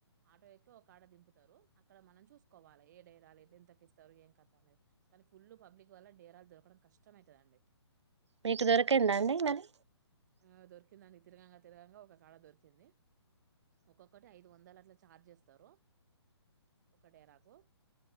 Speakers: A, on the right (about 40°); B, on the right (about 80°).
A: ఆటో ఎక్క ఒక ఆడ దింపుతారు అక్కడ మనం చూసుకోవాలి ఏ డైరాలు ఏతగక్కిస్తారు ఏం కత అనేది కానీ ఫుల్ పబ్లిక్ వల్ల డేరాలు దొరకడం కష్టంమైతుందండి
B: మీకు దొరికందా అండి మరి
A: అ దొరికిందనికి తిరగగా తిరగగా ఒక కాడ దొరికింది, ఒక్కొక్కటి ఐదు వందలు అట్లా ఛార్జ్ చేస్తారు, ఒక డేరాకు